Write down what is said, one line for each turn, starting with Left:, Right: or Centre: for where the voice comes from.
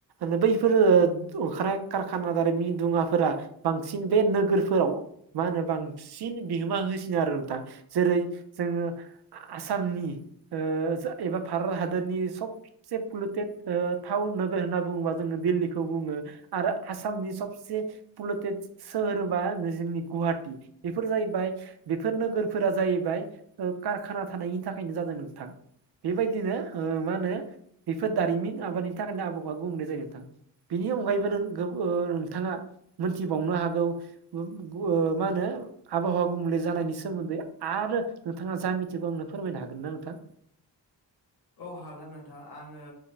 Right: मे बैफोरो ओंखारनाय कारखाना दारै मि दुङा फोरा बांसिन बे नोगोरफोराव मा होनो बांसिन बिहोमा होसिनो आरो नोंथां जेरै जोङो आसामनि ओ जो एबा भारत हादरनि सबसे पलुटेड ओ थाउन नोगोर होनना बुङोबा जोङो दिल्लीखौ बुङो आरो आसामनि सबसे पुलटेड सोहोर होनबा जोंनि गुवाहाटि बेफोर जाहैबाय बेफोर नोगोरफोरा जाहैबाय कारखाना थानायनि थाखायनो जादों नोंथां बेबायदिनो। ओ मा होनो बेफोर दारिमिन आबादनि थाखायनो आबहावा गुबुंले जायो नोंथां। बिनि अनगायैबो नों गो ओ नोंथाङा मोनथिबावनो हागौ <unintelligible> मा होनो? आबहावा गुबुंले जानायनि सोमोन्दै आरो नोंथाङा जा मिथिगौ आंनो फोरमायनो हागोन ना नोंथां।
Left: औ हागोन नोंथां आङो।